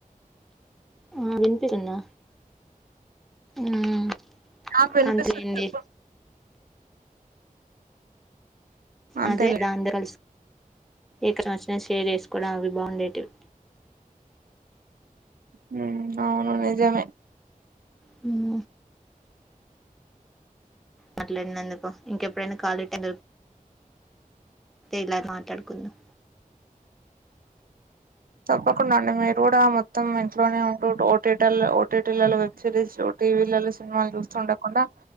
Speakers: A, in the centre; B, on the right.
A: ఆఁ వినిపిస్తుందా? మ్మ్
B: ఆ విన్పిస్సుంది
A: అంతేలేండి
B: ఎప్పు అంతేలే
A: అదే దాన్ద కల్స్ ఏక వచన షేర్ చేసుకోవడం అవి బాగుండేటివి
B: హూ అవును నిజమే
A: హూ మాట్లాడ్నందుకు ఇంకెప్పుడైనా కాలీ టైం దొ తే ఇలా మాట్లాడుకుందం
B: తప్పకుండా అండి మీరు గూడా మొత్తం ఇంట్లోనే ఉంటూ ఓటీటల్ ఓటీటీలల్లో వెబ్ సిరీస్ చూ టీవీలల్లో సినిమాల్ చూస్తూ ఉండకుండా